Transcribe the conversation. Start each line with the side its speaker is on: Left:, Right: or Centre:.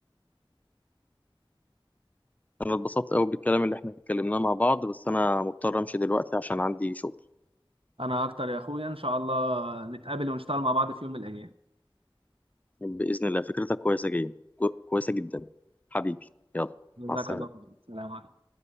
Left: أنا اتبسطت قوي بالكلام اللي احنا اتكلمناه مع بعض بس أنا مضطر أمشي دلوقتي عشان عندي شغل
Right: انا اكتر يا اخويا ان شاء الله نتقابل ونشتغل مع بعض في يوم من الايام
Left: بإذن الله فكرتك كويسة جدا كو- كويسة جدا حبيبي يلا
Right: جزاك
Left: مع السلامة
Right: الله خير السلام عليكم